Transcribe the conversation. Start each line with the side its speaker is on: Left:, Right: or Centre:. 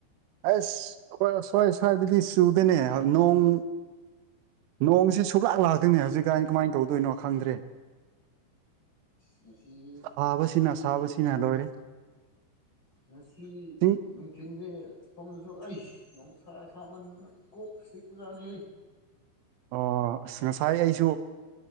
Right: ꯑꯁ ꯈꯣꯏ ꯑꯥꯁ꯭ꯋꯥꯏ ꯑꯥꯁ꯭ꯋꯥꯏꯗꯗꯤ ꯆꯨꯗꯅꯦ ꯅꯣꯡ ꯅꯣꯡꯁꯤ ꯁꯨꯞꯂꯥꯛ ꯂꯥꯛꯇꯣꯏꯅꯦ ꯍꯧꯖꯤꯛꯀꯥꯏꯩꯅ ꯀꯃꯥꯏꯅ ꯇꯧꯗꯣꯏꯅꯣ ꯈꯪꯗ꯭ꯔꯦ
Left: ꯅꯨꯄꯤꯒꯤ
Right: ꯐꯥꯕꯁꯤꯅꯥ ꯑꯥꯕꯁꯤꯅ ꯂꯣꯏꯔꯦ
Left: ꯉꯥꯁꯤ
Right: ꯆꯤꯡ
Left: ꯅꯨꯡꯊꯤꯟꯗꯤ ꯁꯣꯝꯗꯁꯨ ꯑꯩꯁ ꯅꯨꯡꯁꯥ ꯁꯥꯃꯟꯗꯥꯅ ꯀꯣꯛ ꯆꯤꯛꯄꯥꯖꯅꯤ
Right: ꯑꯣ ꯑꯁ ꯉꯁꯥꯏ ꯑꯩꯁꯨ